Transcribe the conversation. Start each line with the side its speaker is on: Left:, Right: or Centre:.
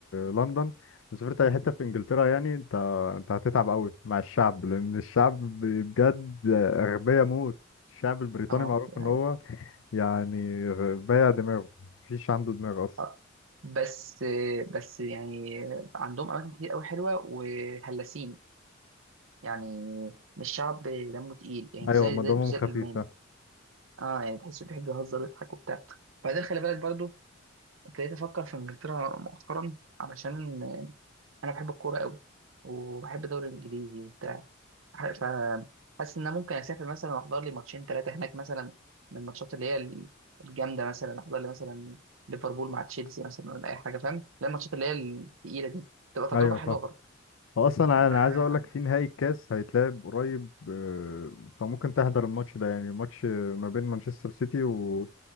Left: لندن لو سافرت اي حته في انجلترا يعني انت انت هتتعب قوي مع الشعب لان الشعب بجد اغبياء موت الشعب البريطاني
Right: اه
Left: معروف
Right: يعني
Left: ان هو يعني بايع دماغه مفيش عنده دماغ اصلا
Right: آه، بس بس يعني عندهم اماكن كتير قوي حلوه وهلاسين يعني مش شعب دمه تقيل يعني مش
Left: ايوه
Right: زي
Left: ما
Right: زي
Left: دمهم
Right: مش زي
Left: خفيف
Right: الالماني
Left: فاهم
Right: اه يعني تحس بيحب يهزر ويضحك وبتاع بعدين خلي بالك برضو ابتديت افكر في انجلترا مؤخرا علشان انا بحب الكوره قوي وبحب الدوري الانجليزي وبتاع فحاسس ان انا ممكن اسافر مثلا واحضر لي ماتشين ثلاثه هناك مثلا من الماتشات اللي هي الجامده مثلا احضر لي مثلا ليفربول مع تشيلسي مثلا ولا اي حاجه فاهم لا الماتشات اللي هي الثقيله دي تبقى تجربه
Left: ايوه
Right: حلوه
Left: فاهم
Right: برضه
Left: هو اصلا انا
Right: آه
Left: عايز اقول لك في نهائي الكاس هيتلعب قريب آه، فممكن تحضر الماتش ده يعني ماتش آه، ما بين مانشستر سيتي و